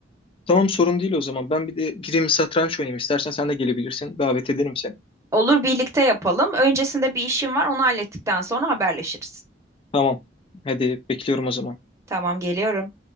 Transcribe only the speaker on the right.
Olur birlikte yapalım. Öncesinde bir işim var, onu hallettikten sonra haberleşiriz.
Tamam, geliyorum.